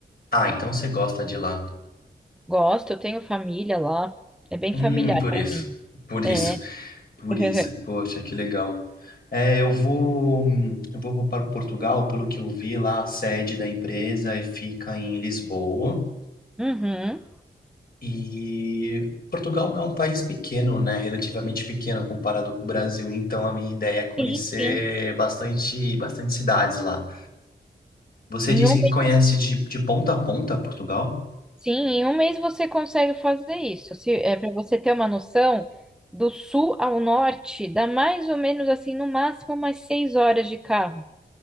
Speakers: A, on the left (about 55°); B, in the centre.
A: ah, então você gosta de lá.
B: Gosto, eu tenho família lá. É bem
A: Hum,
B: familiar
A: por
B: para
A: isso.
B: mim.
A: Por isso.
B: É.
A: Por
B: <laughs>
A: isso. Poxa, que legal. É, eu vou, hum, eu vou para Portugal, pelo que eu vi lá, a sede da empresa é- fica em Lisboa.
B: Uhum.
A: E Portugal é um país pequeno, né? Relativamente pequeno comparado com o Brasil, então a minha ideia é conhecer
B: Sim, sim.
A: bastante, bastante cidades lá. Você
B: Em
A: disse
B: um mês,
A: que conhece de, de ponta a ponta Portugal?
B: sim, em um mês você consegue fazer isso. Se, é para você ter uma noção, do sul ao norte dá mais ou menos assim, no máximo umas seis horas de carro.